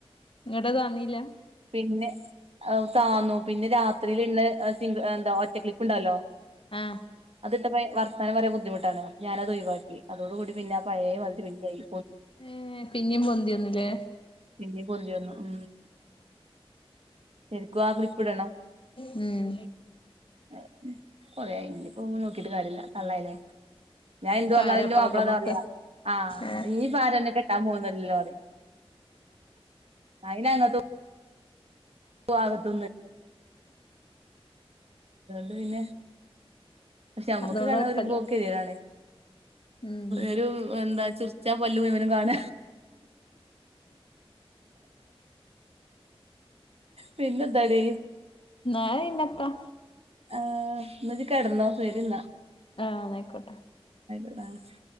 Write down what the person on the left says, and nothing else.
ഇങ്ങോട്ട തന്നീല്ല
ആഹ്
ഏഹ് പിന്നിം പൊന്തിന്ന്ല്ലേ
ഉം
ഇപ്പ
ആരാപ്പാക്ക
നമ്മക്ക്
ഏഹ്
അതുകൊണ്ട്
കൊഴപ്പല്ല
ഉം
ന്നാ ഇന്നത്ത
ആഹ് ന്നാ ആയിക്കോട്ടെ